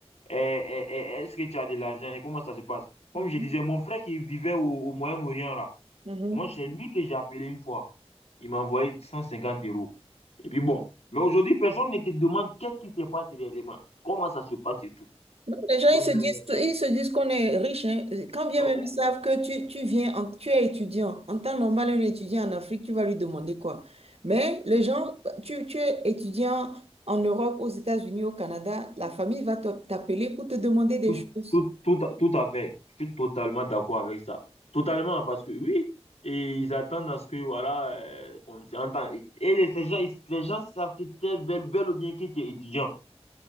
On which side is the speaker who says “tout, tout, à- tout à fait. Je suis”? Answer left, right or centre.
Left